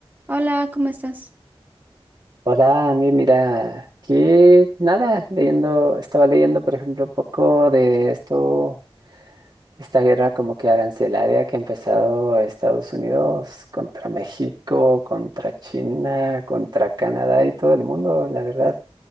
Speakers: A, on the right (about 20°); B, on the right (about 45°).
A: Hola, ¿cómo estás?
B: Hola, Andy, mira, aquí nada, leyendo, estaba leyendo, por ejemplo, un poco de esto, esta guerra como que arancelaria que ha empezado Estados Unidos contra México, contra China, contra Canadá y todo el mundo, la verdad,